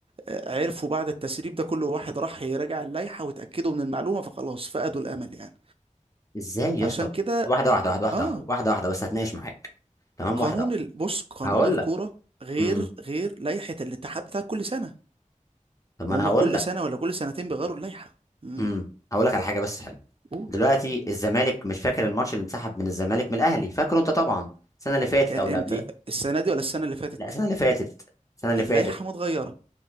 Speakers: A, on the right; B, on the left.
A: آه، عرفوا بعد التسريب ده كل واحد راح يراجع اللائحة وتأكدوا من المعلومة فخلاص فقدوا الأمل يعني
B: ازاي
A: فعشان
B: يا اسطى
A: كده
B: واحده واحده واحده واحده
A: آه
B: واحده واحده واحده بس هتناقش معاك تمام
A: قانون
B: واحده واحده
A: ال- بص قانون
B: هقول
A: الكورة
B: لك
A: غير
B: امم
A: غير لائحة الاتحاد بتاع كل سنة
B: طب ما
A: ما
B: انا
A: هما
B: هقول
A: كل
B: لك
A: سنة ولا كل سنتين بيغيروا اللائحة مم.
B: امم هقول لك على حاجه بس حلوه
A: قول
B: دلوقتي الزمالك مش فاكر الماتش اللي انسحب من الزمالك من الاهلي فاكره انت طبعا السنه اللي فاتت
A: كان
B: او اللي
A: امتى
B: قبليها
A: السنة دي ولا السنة اللي فاتت
B: لا السنه اللي فاتت السنه اللي
A: اللائحة
B: فاتت
A: متغيرة